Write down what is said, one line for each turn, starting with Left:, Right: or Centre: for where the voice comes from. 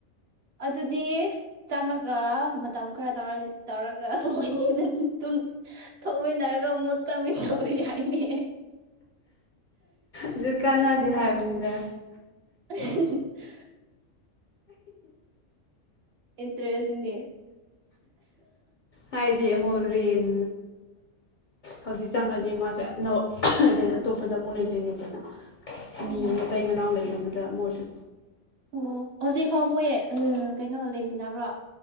Right: ꯑꯗꯨꯗꯤ ꯆꯪꯉꯒ ꯃꯇꯝ ꯈꯔ ꯇꯧꯔꯒ ꯃꯣꯏꯅꯤ ꯊꯣꯛꯃꯤꯟꯅꯔꯒ ꯑꯃꯨꯛ ꯆꯪꯃꯤꯟꯅꯕ ꯌꯥꯏꯅꯦ
Left: ꯑꯗꯨ ꯀꯟꯅꯗꯤ ꯍꯥꯏꯕꯅꯤꯗ
Right: <inaudible> ꯏꯟꯇ꯭ꯔꯦꯁꯤꯅꯦ
Left: ꯍꯥꯏꯗꯤ ꯑꯃꯛ ꯔꯦꯟ ꯍꯧꯖꯤꯛ ꯆꯪꯉꯗꯤ ꯃꯥꯁꯦꯦꯟ ꯑꯇꯣꯞꯄꯗ ꯑꯃꯨꯛ ꯂꯩꯗꯣꯏꯅꯦꯗꯅ ꯃꯤ
Right: ꯎꯝ
Left: ꯃꯇꯩ ꯃꯅꯥꯎ ꯂꯩꯕꯗ ꯑꯗꯨꯗ ꯃꯣꯁ
Right: ꯑꯣ ꯍꯧꯖꯤꯛꯐꯥꯎ ꯃꯣꯏ ꯎ ꯀꯩꯅꯣ ꯂꯩꯃꯤꯟꯅꯕ꯭ꯔꯣ